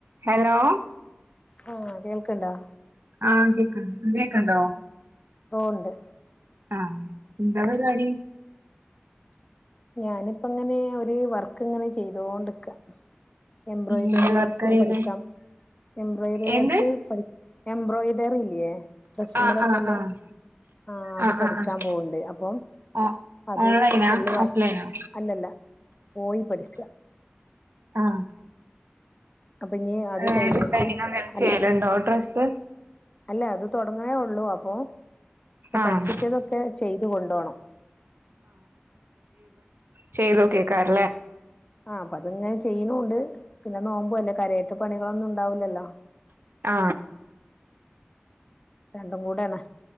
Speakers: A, on the right; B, on the left.
A: ഹലോ
B: ആ കേൾക്കണ്ടാ.
A: ആ കേക്കണ്ട്. കേക്കണ്ടോ?
B: ആ ഉണ്ട്.
A: ആ എന്താ പരിപാടി
B: ഞാനിപ്പങ്ങനെ ഒരു വർക്ക് ഇങ്ങനെ ചെയ്തോണ്ടിക്ക. എംബ്രോയിഡറി
A: എന്ത് വർക്കായ്യ്ണ്
B: വർക്ക് പഠിക്കാം. എംബ്രോയിഡറി
A: എന്ത്
B: വർക്ക് പഠി എംബ്രോയ്ഡറി ഇല്ലേ. ഡ്രസുമേലൊക്കേലെ
A: ആഹ് ആഹ് ആഹ്
B: ആ അത്
A: ആഹ്
B: പഠിക്കാൻ
A: ആഹ് ആഹ്
B: പോവണ്ട്. അപ്പം
A: ഓ
B: അത്
A: ഓൺലൈനാ
B: ഫുള്ള് വർ
A: ഓഫ്‌ലൈനോ
B: അല്ലല്ല. പോയി പഠിക്ക
A: ആ
B: അപ്പൊ ഇനി അത്
A: ഏ
B: കഴിഞ്ഞിട്ട്
A: ഡിസൈനിങ് എന്തെങ്കിലും
B: അല്ല
A: ചെയ്യലുണ്ടോ ഡ്രസ്സ്.
B: അല്ല. അത് തുടങ്ങണേ ഉള്ളൂ. അപ്പൊ ഇപ്പൊ
A: ആഹ്
B: പഠിപ്പിച്ചതൊക്കെ ചെയ്ത് കൊണ്ടോണം.
A: ചെയ്തോ കേക്കാറില്ലേ
B: ആ അപ്പൊ അതിങ്ങനെ ചെയ്യണൂണ്ട് പിന്നെ നോമ്പു അല്ലേ കാര്യായിട്ട് പണികളൊന്നും ഉണ്ടാവൂല്ലല്ലോ.
A: ആ
B: രണ്ടും കൂടെ ആണ്.